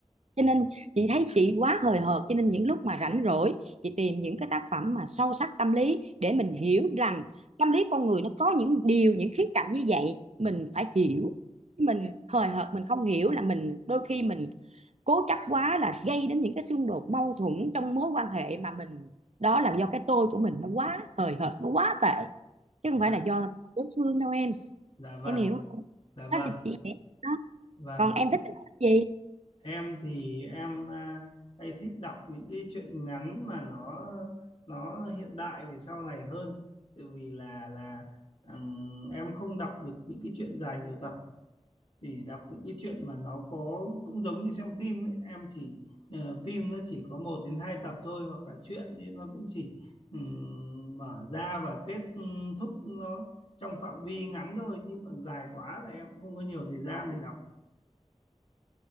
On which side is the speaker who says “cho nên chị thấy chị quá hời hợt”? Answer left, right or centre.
Right